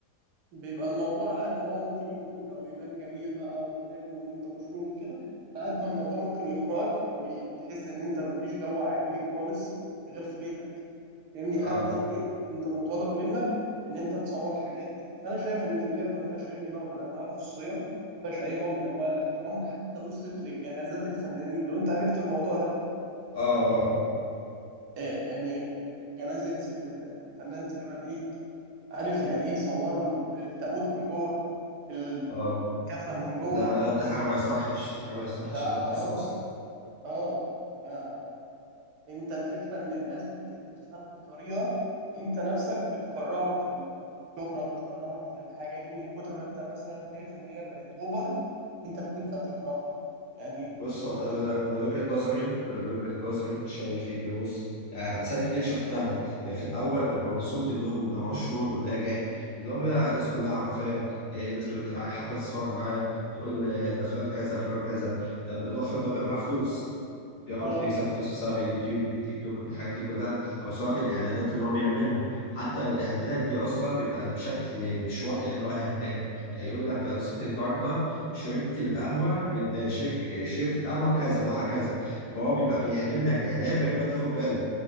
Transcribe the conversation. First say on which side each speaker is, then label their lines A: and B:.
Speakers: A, on the right; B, on the left.
A: بيبقى الموضوع على قد ما هو ممكن يكون او يبان جميل بقى وحلو وان انت مشهور وكده على قد ما الموضوع ممكن يخنقك وتحس ان انت مفيش جو عائلي خالص غير في بيتك فاهمني حتى
B: آه
A: في بيت انت مطالب منك ان انت تصور حاجات فانا شايف ان ديت ما فيهاش اي نوع من انواع الخصوصيه ما فيهاش اي نوع من انواع الاحترام حتى وصلت لجنازات الفنانين لو انت عرفت الموضوع ده
B: آه آه آه
A: آه، يعني في جنازه آه، فنان سليمان عيد عارف يعني ايه صوروا التابوت من جوه الكفن
B: آه.
A: من جوه
B: ده ده حاجة ما يصحش، حاجة ما يصحش
A: ده
B: إنها تحصل
A: حرام
B: أصلا.
A: اه آه، انت الفكرة ان الناس بتتدخل بطريقة انت نفسك بتكرهك في الشهرة بتكرهك في الحاجة دي من كتر ما انت مثلا شايف ان هي بقت اوفر انت بتبدأ تكرهها يعني
B: بص هو
A: الناس
B: انا من من وجهة نظري من وجهة نظري شايف ان بص يعني امثال كتير شفتها يعني في الاول بيبقى مبسوط ان هو بيبقى مشهور وناجح ان هو بيبقى الناس كلها عارفاه إيه، الناس بتبقى حابه تتصور معاه تقول آه، ده فلان كذا فلان كذا ده بالاضافه ان هو بيبقى معاه فلوس بياخد
A: اه
B: بيكسب فلوس سواء باليوتيوب بالتيك توك بالحاجات دي كلها او سواء بالاعلانات اللي هو بيعملها حتى الاعلانات دي اصلا بيبقى بشكل مش واضح اللي هو اعلان يعني يقول لك انا صحيت النهارده شربت القهوه بال- شك- شربت القهوه كذا نوعها كذا فهو بيبقى بيعمل لك اعلان من غير ما تاخد بالك